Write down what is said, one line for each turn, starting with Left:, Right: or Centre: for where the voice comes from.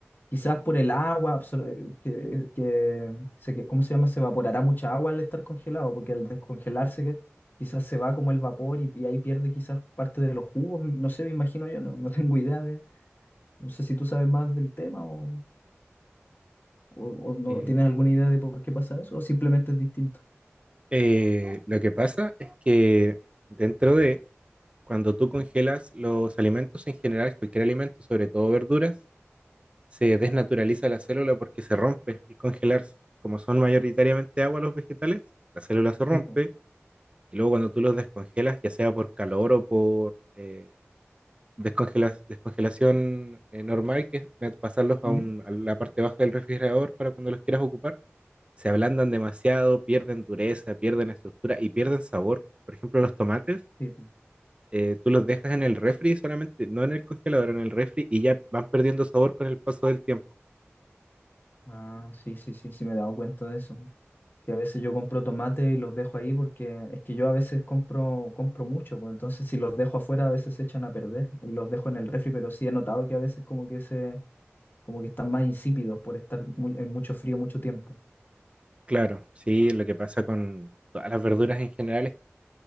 Left: quizás por el agua, absor- eh, que, que, se que- ¿cómo se llama? Se evaporará mucha agua al estar congelado, porque al descongelarse que, quizás se va como el vapor y, y ahí pierde quizás parte de los jugos, no sé, me imagino yo, no, no <laughs> tengo idea de, no sé si tú sabes más del tema o, o, o no
Right: Eh,
Left: tienes alguna idea de por qué pasa eso, o simplemente es distinto.
Right: eh, lo que pasa es que dentro de... Cuando tú congelas los alimentos en general, cualquier alimento, sobre todo verduras, se desnaturaliza la célula porque se rompe al congelarse. Como son mayoritariamente agua los vegetales, la célula se rompe
Left: Sí, pues.
Right: y luego cuando tú los descongelas, ya sea por calor o por eh, descongela- descongelación eh, normal, que es eh, pasarlos a,
Left: ¿Mm?
Right: un- a la parte baja del refrigerador para cuando los quieras ocupar, se ablandan demasiado, pierden dureza, pierden estructura y pierden sabor. Por ejemplo, los tomates
Left: Sí, pues.
Right: eh, tú los dejas en el refri solamente, no en el congelador, en el refri y ya van perdiendo sabor con el paso del tiempo.
Left: Ah, sí, sí, sí, sí, me he dado cuenta de eso. que a veces yo compro tomate y los dejo ahí porque es que yo a veces compro, compro mucho, pues entonces si los dejo afuera a veces se echan a perder y los dejo en el refri, pero sí he notado que a veces como que se, como que están más insípidos por estar mu- en mucho frío mucho tiempo.
Right: Claro, sí, lo que pasa con todas las verduras en general es,